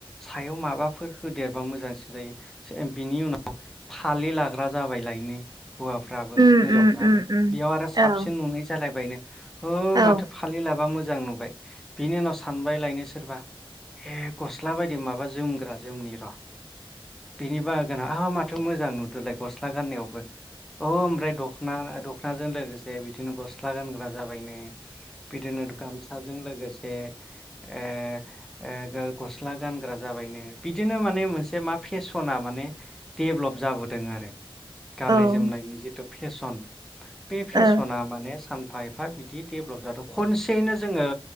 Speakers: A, in the centre; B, on the right.
A: सायाव माबाफोर होदेरबा मोजांसिन जायो बिनि उनाव फालि लाग्रा जाबाय लायनो। हौवाफ्राबो हिनजावफ्राबो
B: उम उम उम उम
A: बेयाव आरो साबसिन
B: औ
A: नुनाय जालायबायनो। हो
B: औ
A: माथो फालि लाबा मोज जां नुबाय बिनि उनाव सानबाय लायनो सोरबा हे गसला बाय माबा जोमग्रा जोमनि र' बिनि बागोना आ माथो मोजां नुदोलाय गस्ला गाननायावबो । औ ओमफ्राय दखना दख <unintelligible> लोगोसे बिदिनो गस्ला गानग्रा जाबायनो । बिदिनो <unintelligible> गामसाजों लोगोस ए ए ए गो गसला गानग्रा जाबायनो बिदिनो माने मोनसे मा फेशना माने देभलप जाबोदों आरो। गाननाय
B: ओ
A: जोमनायनि जिथु फेसन । बे फेसना
B: औ
A: माने सान फा एफा बिदि डेभलप जाथ' खनसेनो जोङो